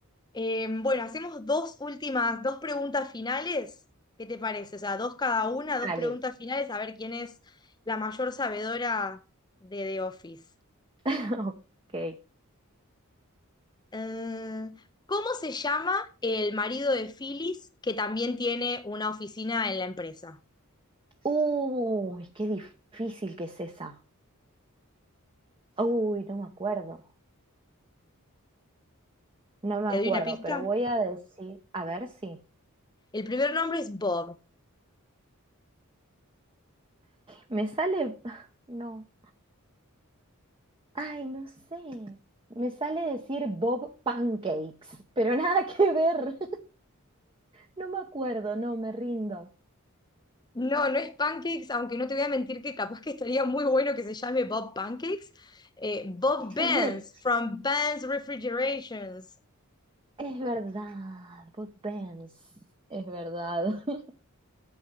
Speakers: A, on the left; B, on the right.
A: Eh, bueno, hacemos dos últimas, dos preguntas finales. ¿Qué te parece? O sea, dos cada una,
B: Dale.
A: dos preguntas finales, a ver quién es la mayor sabedora de The Office.
B: <laughs> Ok.
A: Eh, ¿cómo se llama el marido de Phyllis que también tiene una oficina en la empresa?
B: Uy, qué difícil que es esa. Uy, no me acuerdo. No me
A: ¿Te
B: acuerdo,
A: doy una pista?
B: pero voy a decir, a ver si.
A: El primer nombre es Bob,
B: Me sale, <laughs> <sighs> no. Ay, no sé. Me sale decir Bob Pancakes, pero nada que ver. No me acuerdo, no, me rindo.
A: No, no es pancakes, aunque no te voy a mentir que capaz que estaría muy bueno que se llame Bob Pancakes. Eh, Bob Benz,
B: <laughs>
A: from Benz Refrigerations.
B: Es verdad, Bud Benz. Es verdad. <laughs>